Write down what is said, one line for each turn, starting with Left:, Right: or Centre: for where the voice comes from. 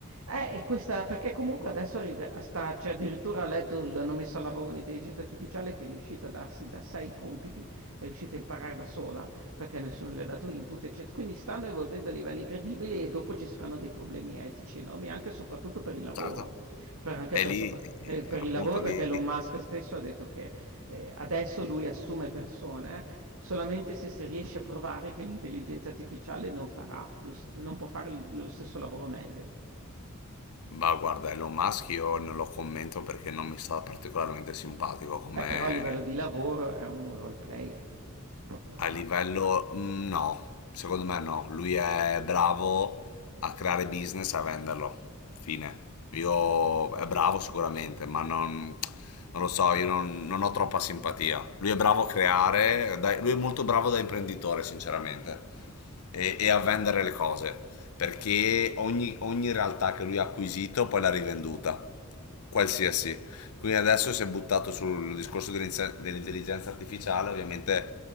Right: eh, e questa perché comunque adesso arrive a sta cioè addirittura ho letto l hanno messo a lavoro un'intelligenza artificiale che è riuscita a darsi da sé i compiti, è riuscita a imparare da sola, perché nessuno le ha dato input, ecce quindi stanno evolvendo a livelli incredibili e dopo ci saranno dei problemi etici enormi, anche e soprattutto per il lavoro,
Left: Certo,
Right: per anche
Left: e
Right: per
Left: lì,
Right: sopra
Left: eh,
Right: ehm, per
Left: appunto,
Right: il lavoro perché
Left: lì,
Right: Elon Musk stesso ha detto che, ehm, adesso lui assume persone solamente se si riesce a provare che l'intelligenza artificiale non farà lo s non può fare l lo stesso lavoro meglio.
Left: ma guarda, Elon Musk io non lo commento perché non mi sta particolarmente simpatico
Right: Mh.
Left: come,
Right: Eh, però a livello di lavoro è un role player, poco da
Left: A
Right: fare.
Left: livello, mm, no, secondo me no. Lui è bravo a creare business e a venderlo. Fine. Io è bravo sicuramente, ma non, non lo so, io non, non ho troppa simpatia. Lui è bravo a creare, da- lui è molto bravo da imprenditore, sinceramente, e, e a vendere le cose, perché ogni, ogni realtà che lui ha acquisito poi l'ha rivenduta qualsiasi. Quindi adesso si è buttato sul discorso dell'inze- dell'intelligenza artificiale, ovviamente